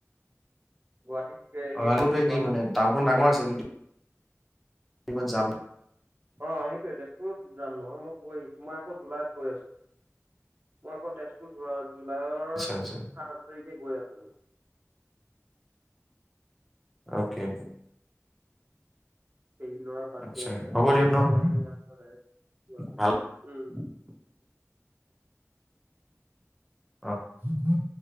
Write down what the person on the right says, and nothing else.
গুৱাহাটীত
এই
গুৱাহাটীৰ
অ' সেইটোৱে তেজপুৰ যাম নহয় মই গৈ আহিছোঁ মই আকৌ জুলাইত গৈ আছোঁ। মই আকৌ তেজপুৰ জুলাইৰ
সাত আঠ তাৰিখে গৈ আছো।
পেহী লৰা বাৰ্থডে
আছে ইয়াৰ
পৰা ডাইৰেক্ট
<unintelligible>
হ হুম।